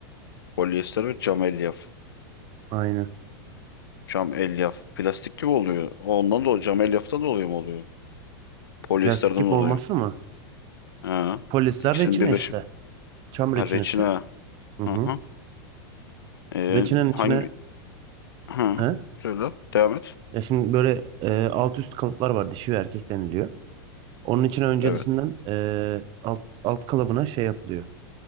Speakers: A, on the left; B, on the right.
A: Polyester ve cam elyaf.
B: Aynen.
A: Cam elyaf. Plastik gibi oluyor. Ondan dolayı cam elyaftan dolayı mı oluyor? Polyesterden
B: Plastik gibi
A: dolayı.
B: olması mı?
A: Ha,
B: Polyester
A: ikisinin
B: reçine
A: birleşim.
B: işte. Çam
A: Ha,
B: reçinesi.
A: reçine.
B: Hı hı.
A: Hı hı. Ee,
B: Reçinenin içine
A: hangi? Hı.
B: he?
A: Söyle. Devam et.
B: Ya şimdi böyle e, alt üst kalıplar var. Dişi ve erkek deniliyor. Onun için öncesinden
A: Evet.
B: eee, alt, alt kalıbına şey yapılıyor.